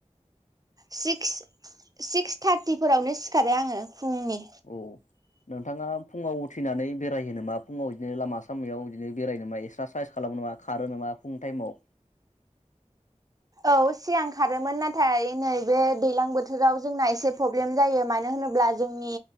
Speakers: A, on the right; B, on the left.
A: सिक्स सिक्स थारटिफोरावनो सिखारो आङो। फुंनि
B: औ नोंथाङा फुङाव उथिनानै बेरायो नामा फुङाव इदिनो लामा सामायाव इदिनो बेरायो ना मायो एक्सारसाइस खालामो नामा खारो नामा फुं टाइमाव?
A: औ सिगां खारोमोन नाथा नाथाय नैबै दैलां बोथोराव जोंना एसे प्रब्लेम जायो मानो होनोब्ला जोंनि